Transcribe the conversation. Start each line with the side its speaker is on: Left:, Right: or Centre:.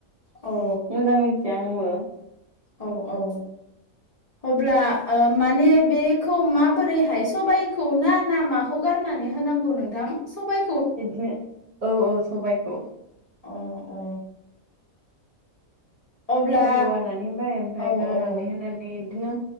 Left: ओ
Right: मोजां मिथिया आंबो
Left: औ औ अब्ला ओ माने बेखौ माबोरैहाय सबाइखौ ना ना मा खौ गारनानै होनांगौ नोंथां? सबाय
Right: इदिनो औ औ सबायखौ
Left: अ अ अब्ला
Right: सबाइखौ गारनानै होबाय ओमफाय
Left: औ
Right: गारनानै
Left: औ
Right: होना इदिनो